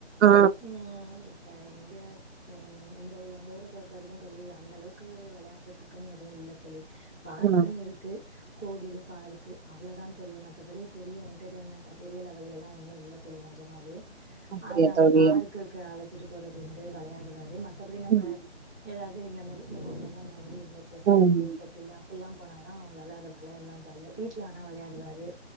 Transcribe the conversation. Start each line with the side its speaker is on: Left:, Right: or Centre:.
Right: ஆ
Centre: ம் இப்ப இங்க ம் இந்த எங்க ஊர பொறுத்த வரைக்கு தோழி அந்த அளவுக்கு வெளயாடுறதுக்குன்னு எடோ இல்ல தோழி பார்க்குன்னு
Right: ம்
Centre: இருக்கு கோவிலு பார்கு அவ்ளதா தோழி மத்த படி பெரிய என்டர்டெய்ன்மெண்ட் பெரிய லெவல்லலா ஒன்னு இல்ல தோழி நெஜமாவே
Right: அப்படியா
Centre: அதனால
Right: தோழி
Centre: பார்க்குக்கு அழச்சிட்டு போறது உண்டு வெளையாடுவாரு மத் மத்த படி நம்ம
Right: ம்
Centre: ஏதாவ்து இந்த மாரி நீங்க சொல்ற மாரி இந்த செஸ்
Right: ம்
Centre: கிளாஸ்ஸு செட்டில் அப்பில்லா போனாதா அவங்களால அத வெளையாட்லா ஜாலியா வீட்ல ஆனா வெளையாடுவாரு